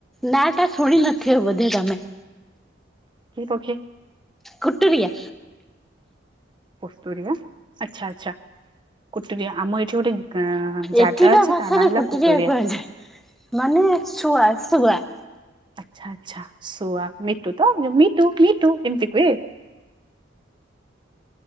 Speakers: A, in the centre; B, on the right.
A: ନା ଟା ଶୁଣି ନଥିବ ବୋଧେ ତମେ
B: କି ପକ୍ଷୀ?
A: କୁଟୁରିଆ।
B: କୁଟୁରିଆ ଆଚ୍ଛା ଆଚ୍ଛା କଟୁରିଆ ଆମ ଏଠି ଗୋଟେ ଗାଁ ଜାଗା
A: ଏଠିକା
B: ଅଛି
A: ଭାଷାରେ
B: ତା ନାଁ ହେଲା
A: କୋଟୁରିଆ
B: କୁଟୁରିଆ
A: କୁହାଯାଏ ମାନେ ଶୁଆ ଶୁଆ।
B: ଆଚ୍ଛା ଆଚ୍ଛା ଶୁଆ ମିଟୁ ତ ଯୋଉ ମିଟୁ ମିଟୁ ଏମିତି କୁହେ।